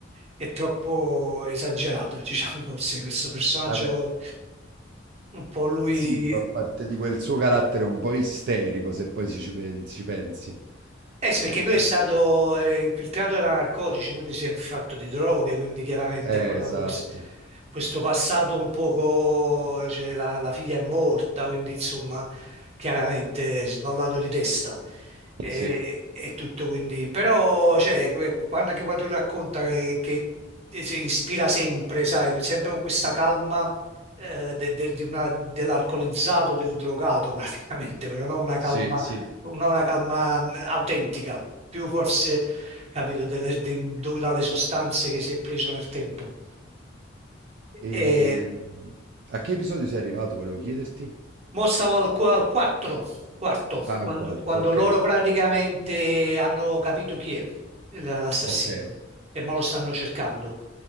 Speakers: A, on the right; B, on the right.
A: È troppo esagerato, <laughs> diciamo, forse questo personaggio,
B: Vabbè,
A: un po' lui
B: sì, fa parte di quel suo carattere un po' isterico, se poi ci, ci pen- ci pensi.
A: Eh sì,
B: Eh,
A: perché lui è stato eh, infiltrato da narcotici, quindi si è fatto di droghe, quindi chiaramente
B: eh,
A: poi
B: esatto,
A: ha avuto quest- questo passato un poco, cioè la, la figlia è morta, quindi insomma chiaramente è sballato di testa e,
B: sì,
A: e tutto quindi, però cioè, que- quando, anche quando lui racconta che, che si ispira sempre, sai, sempre con questa calma eh, de- del- di una- dell'alcolizzato, del drogato <laughs> praticamente, però no una
B: sì,
A: calma
B: sì.
A: una, una calma mh, autentica, più forse, capito, delle- di- dovuta alle sostanze che si è preso nel tempo.
B: E
A: E
B: mh, a che episodio sei arrivato, volevo chiederti?
A: Mo stavo al, qu- al quattro, quarto,
B: Ah,
A: quando,
B: al quarto,
A: quando
B: ok,
A: loro praticamente hanno capito chi è l- l'assassino
B: ok,
A: e mo lo stanno cercando